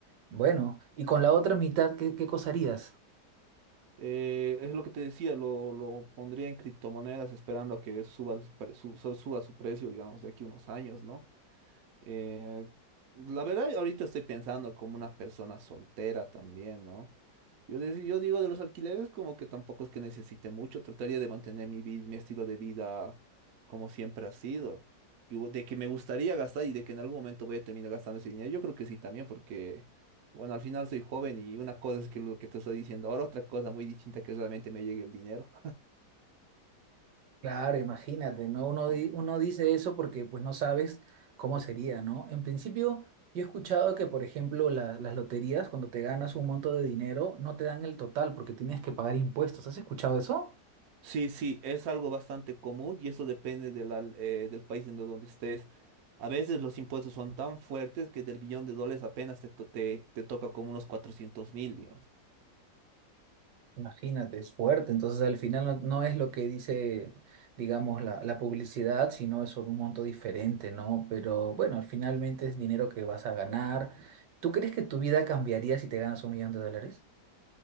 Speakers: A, on the right; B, on the right.
A: bueno, y con la otra mitad, ¿qué, qué cosa harías?
B: Eh, es lo que te decía, lo, lo pondría en criptomonedas esperando a que suba, su pre- su- su- suba su precio, digamos, de aquí a unos años, ¿no? Eh, la verdad, ahorita estoy pensando como una persona soltera también, ¿no? Yo, dec- yo digo de los alquileres como que tampoco es que necesite mucho, trataría de mantener mi, vi- mi estilo de vida como siempre ha sido. Y gu- de que me gustaría gastar y de que en algún momento voy a terminar gastando ese dinero, yo creo que sí también, porque, bueno, al final soy joven y una cosa es que lo que te estoy diciendo ahora, otra cosa muy distinta que realmente me llegue el dinero.
A: Claro, imagínate, ¿no? Uno, di- uno dice eso porque pues no sabes cómo sería, ¿no? En principio, yo he escuchado que, por ejemplo, la- las loterías, cuando te ganas un monto de dinero, no te dan el total porque tienes que pagar impuestos. ¿Has escuchado eso?
B: Sí, sí, es algo bastante común y eso depende de la- eh, del país en donde estés. A veces los impuestos son tan fuertes que del billón de dólares apenas te, to- te, te toca como unos cuatrocientos mil, digamos.
A: Imagínate, es fuerte. Entonces, al final no, no es lo que dice, digamos, la, la publicidad, sino es un monto diferente, ¿no? Pero bueno, finalmente es dinero que vas a ganar. ¿Tú crees que tu vida cambiaría si te ganas un millón de dólares?